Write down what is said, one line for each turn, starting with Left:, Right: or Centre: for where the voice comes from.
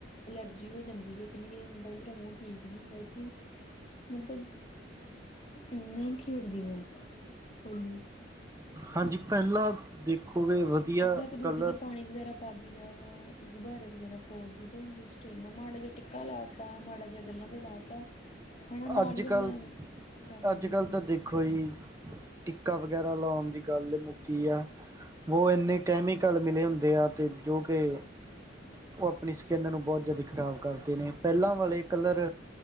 Left: ਅਲਰਜੀ ਹੋ ਜਾਂਦੀ ਹੈ। ਕਿੰਨੇ ਕਿੰਨੇ ਦਿਨ ਤੱਕ ਮੇਰਾ ਮੂੰਹ ਠੀਕ। ਨਹੀਂ ਹੁੰਦਾ ਜੀ। ਮਤਲਬ ਇਹ ਨਹੀਂ ਖੇਡਦੀ ਮੈਂ। ਹੋਲੀ।
Right: ਹਾਂਜੀ ਪਹਿਲਾਂ ਦੇਖੋਗੇ। ਵਧੀਆ
Left: ਉਦਾਂ ਇੱਕ ਦੂਜੇ
Right: ਕਲਰ
Left: ਦੇ ਪਾਣੀ ਵਗੈਰਾ। ਪਾ ਦੀਈਦਾ ਵਾ ਗੁਬਾਰੇ ਵਗੈਰਾ ਫੋੜਦੀ ਦੇ ਜਿਸ ਇੰਨਾ ਮਾੜਾ ਜਿਹਾ ਟਿੱਕਾ ਲਾ ਕੇ। ਤਾ ਮਾੜਾ ਜਿਹਾ ਗੱਲਾਂ ਤੇ ਲਾ ਤਾ। ਹਨਾ ਨਾਲ
Right: ਅੱਜ-ਕੱਲ,
Left: ਹੀ ਫਿਰ ਮੈਂ ਕਰ ਲੈਂਦੀ
Right: ਅੱਜ-ਕੱਲ
Left: ਸਾਫ਼
Right: ਤਾਂ ਦੇਖੋ ਜੀ। ਟਿੱਕਾ ਵਗੈਰਾ ਲਾਉਣ ਦੀ ਗੱਲ ਮੁੱਕੀ ਆ, ਉਹ ਇੰਨੇ ਕੈਮੀਕਲ ਮਿਲੇ ਹੁੰਦੇ ਆ, ਤੇ ਜੋ, ਕਿ ਉਹ ਆਪਣੀ ਸਕਿੰਨ ਨੂੰ ਬਹੁਤ ਜ਼ਿਆਦਾ ਖ਼ਰਾਬ ਕਰਦੇ ਨੇ। ਪਹਿਲਾਂ ਵਾਲੇ ਕਲਰ